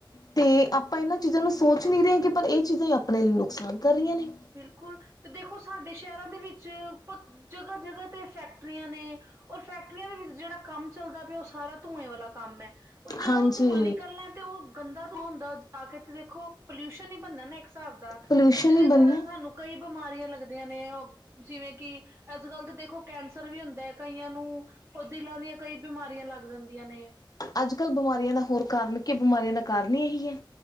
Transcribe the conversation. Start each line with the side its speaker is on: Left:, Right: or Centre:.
Left: ਤੇ ਆਪਾਂ ਇਹਨਾਂ ਚੀਜ਼ਾਂ ਨੂੰ ਸੋਚ ਨਹੀ ਰਹੇਗੇ ਪਰ ਇਹ ਚੀਜ਼ਾਂ ਹੀ ਆਪਣੇ ਲਈ ਨੁਕਸਾਨ ਕਰ ਰਹੀਆਂ ਨੇ।
Right: ਬਿਲਕੁਲ ਤੇ ਦੇਖੋ ਸਾਡੇ ਸ਼ਹਿਰਾਂ ਦੇ ਵਿੱਚ, ਜਗਾ-ਜਗਾ ਤੇ ਫੈਕਟਰੀਆਂ ਨੇ। ਔਰ ਫੈਕਟਰੀਆਂ ਦੇ ਵਿੱਚ ਜਿਹੜਾ ਕੰਮ ਚੱਲਦਾ ਪਿਆ। ਉਹ ਸਾਰਾ ਧੂੰਏ ਵਾਲਾ ਕੰਮ ਹੈ। ਔਰ ਜਿਹੜਾ
Left: ਹਾਂਜੀ
Right: ਉਹ ਧੂੰਆਂ ਨਿਕਲਣਾ। ਤੇ ਉਹ ਗੰਦਾ ਤੋਂ ਹੁੰਦਾ ਜਾ ਕੇ ਤੇ ਦੇਖੋ ਪੋਲਿਊਸ਼ਨ ਹੀ ਬਣਦਾ ਨਾ ਇੱਕ ਹਿਸਾਬ ਦਾ।
Left: ਪੋਲਿਊਸ਼ਨ
Right: ਤੇ ਜਿਹਦੇ
Left: ਹੀ
Right: ਕਾਰਨ
Left: ਬਣਨਾ ਏ।
Right: ਸਾਨੂੰ ਕਈ ਬਿਮਾਰੀਆਂ ਲੱਗਦੀਆਂ ਨੇ ਓ ਜਿਵੇਂ ਕਿ ਅੱਜ ਕੱਲ ਤਾਂ ਦੇਖੋ ਕੈਂਸਰ ਵੀ ਹੁੰਦਾ ਹੈ ਕਈਆਂ ਨੂੰ। ਉਹ ਦਿਲਾਂ ਦੀਆਂ ਕਈ ਬਿਮਾਰੀਆਂ ਲੱਗ ਜਾਂਦੀਆਂ ਨੇ।
Left: ਅੱਜ ਕੱਲ ਬਿਮਾਰੀਆਂ ਦਾ ਹੋਰ ਕਾਰਨ ਕੀ ਬਿਮਾਰੀਆਂ ਦਾ ਕਾਰਨ ਹੀ ਇਹੀ ਹੈ।